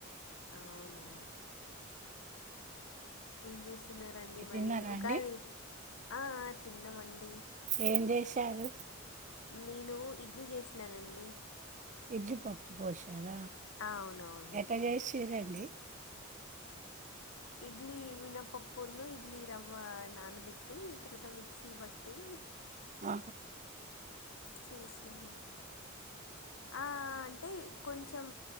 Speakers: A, on the left (about 85°); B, on the right (about 35°).
A: అవునా ఏం చేస్తున్నారండి మరి
B: తిన్నారా
A: ఉగాది
B: అండి
A: ఆ తిన్నమండి
B: ఏం చేసి తారు
A: నేను ఇడ్లీ చేసినానండి
B: ఇడ్లీ పప్పు పోష ఎర
A: ఆ, అవునవును
B: ఎట్టా చేషిర ట్ లే
A: ఇడ్లీ మినపప్పును ఇడ్లీ రవ్వ నానబెట్టి తర్వాత మిక్సీ బట్టి
B: అ
A: చేస్తం అట్ట ఆ అంటే కొంచెం